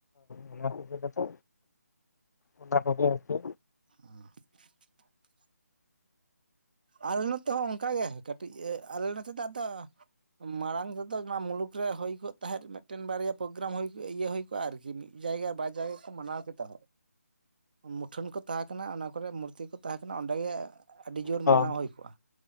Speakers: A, on the left; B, on the right.
A: ᱚᱱᱟ ᱠᱚ ᱤᱭᱟ. ᱠᱟᱛᱮ ᱚᱱᱟ ᱠᱚᱜᱮ ᱟᱨᱠᱤ
B: <unintelligible> ᱟᱞᱮ ᱱᱚᱛᱮ ᱦᱚᱸ ᱚᱱᱠᱟᱜᱮ ᱠᱟᱹᱴᱤᱡ ᱟᱞ ᱱᱚᱛᱮ ᱫᱚ ᱟᱫᱚ ᱢᱟᱲᱟᱝ ᱛᱮᱫᱚ ᱚᱱᱟ ᱢᱩᱞᱩᱠ ᱨᱮ ᱦᱩᱭ ᱠᱚᱜ ᱛᱟᱦᱮᱸᱫ ᱢᱤᱫᱴᱮᱱ ᱵᱟᱨᱭᱟ ᱯᱨᱳᱜᱨᱟᱢ ᱦᱩᱭ ᱤᱭᱟᱹ ᱦᱳᱭ ᱠᱚᱜ-ᱟ ᱟᱨᱠᱤ ᱢᱤᱫ ᱡᱟᱭᱜᱟ ᱵᱟᱨ ᱡᱟᱭᱜᱟ ᱠᱚ ᱢᱟᱱᱟᱣ ᱠᱮᱫᱟ
A: <inaudible>
B: ᱢᱩᱴᱷᱟᱹᱱ ᱠᱚ ᱛᱟᱦᱮᱸ ᱠᱟᱱᱟ ᱚᱱᱟ ᱠᱚᱨᱮ ᱢᱩᱨᱛᱤ ᱠᱚ ᱛᱟᱦᱮᱸ ᱠᱟᱱᱟ ᱚᱸᱰᱮ ᱜᱮ ᱟᱹᱰᱤ ᱡᱳᱨ
A: ᱦᱚᱸ
B: ᱢᱟᱱᱟᱣ ᱦᱩᱭ ᱠᱚᱜ-ᱟ